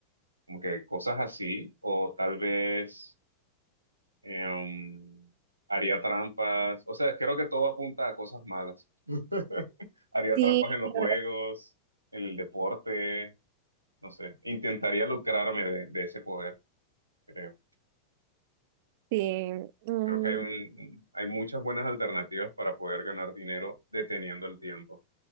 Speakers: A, on the right; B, on the right.
A: Como que cosas así, o tal vez Em, haría trampas. O sea, creo que todo apunta a cosas malas. <laughs> Haría
B: Sí,
A: trampas en los
B: la
A: juegos,
B: verdad,
A: en el deporte, no sé. Intentaría lucrarme de, de ese poder, creo.
B: sí. Mm,
A: Creo que hay un, hay muchas buenas alternativas para poder ganar dinero deteniendo el tiempo.